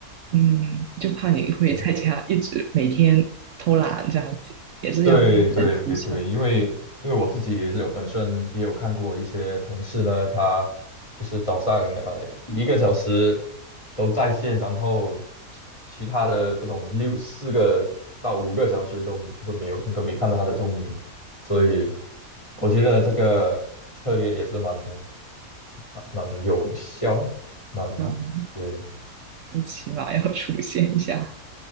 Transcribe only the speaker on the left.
对。
对对对，因为因为我自己也是有本身也有看过一些同事呢，他就是早上呃一个小时都在线，然后其其他的不懂六四个到五个小时都都没有都没看到他的踪影，所以我觉得这个策略也是蛮蛮蛮有效，蛮对